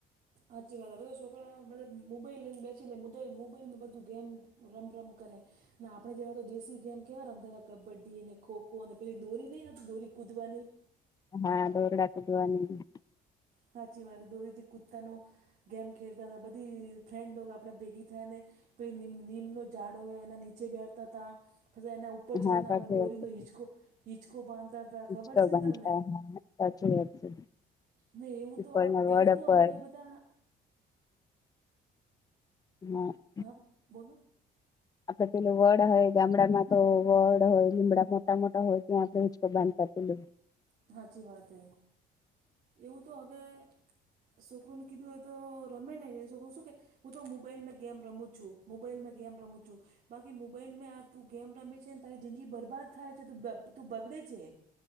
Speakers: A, on the right; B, on the left.
A: હાચી વાત હવે તો છોકરા બધા મોબાઈલ લઈને બેસી લે મોદાઈ મોબાઈલમાં બધું ગેમ રમ રમ કરે. ના આપણે જેવા તો દેશી ગેમ કેવા રમતા હતા કબડ્ડી ને ખોખો ખોને પેલી દોરી નહી આવતી દોરી કૂદવાની
B: હા દોરડા કુદવાની.
A: સાચી વાત દોરીથી કુત્તાનો ગેમ ખેલતા હતા બધી ફ્રેન્ડ આપણે ભેગી થાય ને પેલી નિમનીમનો ઝાડ હોય એના નીચે બેઠતા હતા પછી એના ઉપ ઉપર
B: હા
A: ચઢને
B: સાચી
A: આપણે દોરીને
B: વાત છે
A: હિચકો હિચકો બાંધતા હતા
B: હિચકો
A: ખબર છે
B: બાંધતા
A: ને તમને?
B: હા સાચી વાત છે.
A: ને એવુ
B: પીપળના
A: તો
B: વડ
A: એવું તો
B: પર
A: હવે બધા
B: હા
A: હા બોલો
B: આપડ પેલું વડ હોય ગામડામાં તો વડ હોય લીમડામાં ટા મોટા હોય ત્યાં આપણે હિંચકો બાંધતા પેલા
A: સાચી વાત એ એવું તો હવે છોકરુંને કીધું હોય તો રમે નહીં રહે છોકરું શું કે હું તો મોબાઈલમાં ગેમ રમું છું મોબાઈલમાં ગેમ રમું ચુ બાકી મોબાઈલમે આ તું ગેમ રમે છે ને તારી જિંદગી બરબાદ થાય છે તું બબ-બગડે છે.